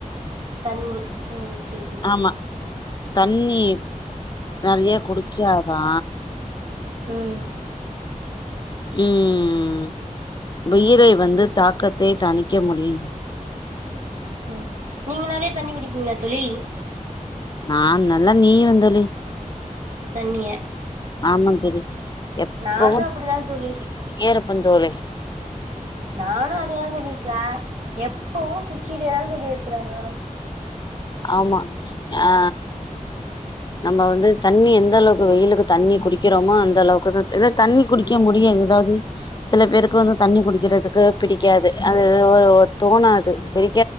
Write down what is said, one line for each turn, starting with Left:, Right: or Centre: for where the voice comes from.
Right: தண்ணி ம் சேரி தோழி
Left: ஆமா தண்ணி நிறைய குடிச்சாதா
Right: ம்
Left: ம் உயிரை வந்து தாக்கத்தை தணிக்க முடியும்
Right: ம். நீங்க நிறைய தண்ணி குடிப்பீங்களா தோழி
Left: நா நல்லா நீய்வே தோழி
Right: தண்ணிய
Left: ஆம தோழி எப்பவு
Right: நானும் அப்படிதான்
Left: கெத்திக்கிட்டே
Right: தோழி
Left: இருப்பந் தோழி
Right: நானு அதேதா தோழி க்ளே எப்பவு குடிச்சிகிட்டேதா தோழி இருக்குற நானு
Left: ஆமா அ நம்ப வந்து தண்ணி எந்த அளவுக்கு வெய்யிலுக்கு தண்ணி குடிக்கிறோமோ அந்த அளவுக்குதா எதட் தண்ணி குடிக்க முடியாது எதாவ்து சில பேருக்கு வந்து தண்ணி குடிக்கிறதுக்கு பிடிக்காது அது எதோவோ ஒரு தோணாது பிடிக்